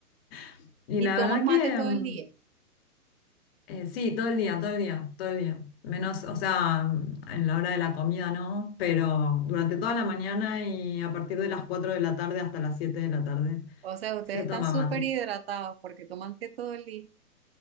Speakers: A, on the left; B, on the right.
A: <laughs> y
B: ¿Y
A: la
B: tomas
A: verdad
B: mate
A: que
B: todo
A: mm,
B: el día?
A: eh, sí, todo el día, todo el día, todo el día. Menos, o sea, mm, en la hora de la comida no, pero durante toda la mañana y a partir de las 4 de la tarde hasta las 7 de la tarde
B: O sea, ustedes
A: se
B: están
A: toma
B: súper
A: mate.
B: hidratados porque toman té todo el día.